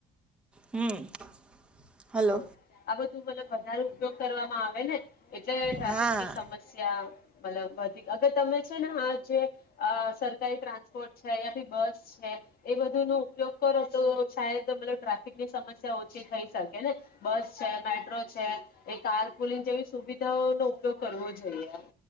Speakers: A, in the centre; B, on the left.
A: હમ હલો
B: હ આબ તું મને વધારે ઉપયોગ કરવામાં આવે ને એટલે ટ્રાફિકની
A: હા
B: સમસ્યા મતલબ વધી અર અગર તમે છે ને હા જે અ સરકારી પ્રાઆ છે યા પછી બસ છે એ બધ નો ઉપયોગ કરો તો છાય તો ટ્રાફિકની સમસ્યા ઓછી થઈ શક કે ને બસ છે મેટ્રો છે એ કારકુલી જેવી સુવિ તો નો ઉપયોગ કરવો જોઈએ